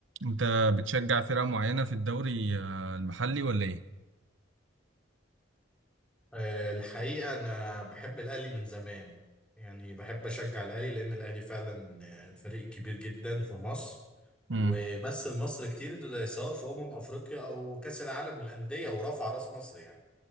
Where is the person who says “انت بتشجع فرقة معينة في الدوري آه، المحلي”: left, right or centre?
Right